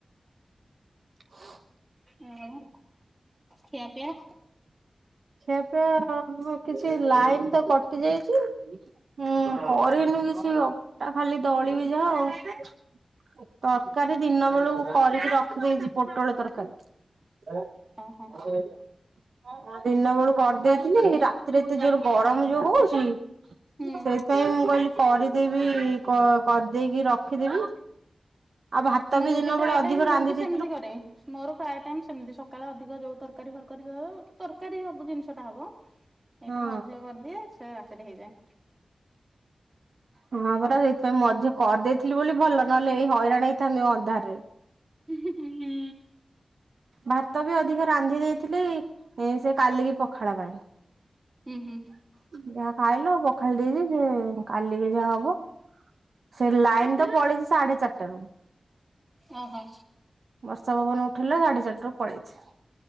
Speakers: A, on the right; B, on the right.
A: <unintelligible>
B: ଆଉ ଖିଆ ପିଆ।
A: ସେପ କିଛି ଲାଇନ ତ କଟି ଯାଇଛି। ହୁଁ କରିନୁ କିଛି ଅଟା ଖାଲି ଦଳିିବି ଯା ଆଉ <inaudible> ତରକାରୀ ଦିନ ବେଳୁ କରିକି ରଖିଦେଇଛି ପୋଟଳ ତରକାରୀ
B: ଓହୋ
A: ଆଲା ମୁଁ ଦିନ ବେଳୁ କରିଦେଇଥିଲି ରାତିରେ ଏତେ ଯୋର ଗରମ ଯୋଉ ହଉଛି।
B: ହୁଁ
A: ସେଇଥିପାଇଁ ମୁଁ କହିଲି କରିଦେଇବି କରିଦେଇକି ରଖ ରଖିଦେବି ଆଉ ଭାତ
B: ମୁଁ
A: ବି ଦିନ
B: ପ୍ରାୟ
A: ବେଳେ ଅଧିକ
B: ଟାଇମ ମୁଁ
A: ରାନ୍ଧି
B: ବି ସେମିତି
A: ଦେଇଥିଲୁ
B: କରେ ମୋର ପ୍ରାୟ ଟାଇମ ସେମିତି ସକାଳେ ଅଧିକ ଯୋଉ ତରକାରୀ ଫରକାରୀ ତରକାରୀ ସବୁ ଜିନିଷ ଟା ହବ ଏଇଟା
A: ହଁ
B: ମୁଁ ଅଧଲ କରିଦିଏ ସେ ରାତିରେ ହେଇଯାଏ।
A: ହଁ ପରା ସେଇଥିପାଇଁ ମଧ୍ୟ କରିଦେଇଥିଲି ବୋଲି ଭଲ ନହେଲେ ଏଇ ହଇରାଣ ହେଇଥାନ୍ତୁ ଅନ୍ଧାର ରେ
B: ହଁଁ ହୁଁ
A: ଭାତ ବି ଅଧିକ ରାନ୍ଧି ଦେଇଥିଲି ସେ କାଲିକି ପଖାଳ ପାଇଁ
B: ହୁଁ ହୁଁ
A: ଯାହା ଖାଇଲ ପଖାଳି ଦେଇଛିି ସେ କାଲିକେ ଯାହା ହବ। ସେ ଲାଇନ ତ ପଳେଇଛି ସାଢେ ଚାରିଟା ରୁ
B: ଓ ହୋ
A: ବର୍ଷା ପବନ ଉଠିଲା ସାଢେ ଚାରିରୁ ପଳେଇଛି